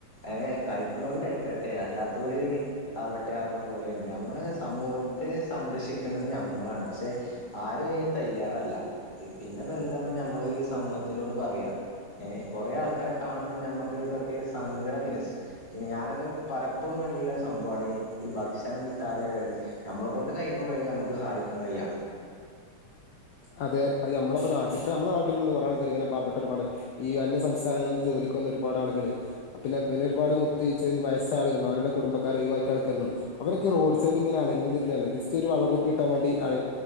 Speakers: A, on the left (about 25°); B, on the left (about 65°).
A: ഏ കഴിക്കന്നൊര് കഴിക്കട്ടെ അല്ലാത്തോല്, അവട്ടെ അറഞ്ഞ പോലെയാണ് നമ്മള് സമൂഹത്തെ സംരക്ഷിക്കേണ്ടത് നമ്മളാണ് പക്ഷെ ആരും അയിന് തയ്യാറല്ല. പിന്നെപ്പ എന്താപ്പ നമ്മൾ ഈ സമൂഹത്തിനോട് പറയാ ഏ കൊറെ ആൾക്കാര്, കാണുമ്പോൾ നമ്മുക്ക് ഇതൊക്കെ സങ്കടം വരും പിന്ന ഞാനൊക്കെ പലപ്പോഴും കണ്ടിട്ടുള്ള സംഭവാണ് ഈ ഭക്ഷണം കിട്ടാതെ ഏത് നമ്മളകൊണ്ട് കഴിയുന്നവരെ നമ്മുക്ക് സഹായിക്കാൻ കയ്യാ
B: അതെ അത് നമ്മളിപ്പ നാട്ടിപ്പ നമ്മുടെ നാട്ടിലുണ്ട് ഒരാൾക്കർ ഇങ്ങനെ പാവപ്പെട്ട ഒരുപാട് ഈ അന്യ സംസ്ഥാനങ്ങള നിന്ന് ജോലിക്ക് വന്ന ഒരുപാട് ആളുകള് പിന്നെ പിന്നെ ഒരുപാട് മുത്തഴച്ച വയസ് ആളുകള അവരുടെ കുടുംബക്കാരർ ഒഴിവാക്കിയ ആൾക്കാരണം അവരൊക്കെ റോഡ് സൈഡിൽ ഇങ്ങെ അലഞ്ഞഞ്തിരിഞ്ഞാണ് ജസ്റ്റ് ഒരു വള്ള കുപ്പി കിട്ടാൻ വേണ്ടി അല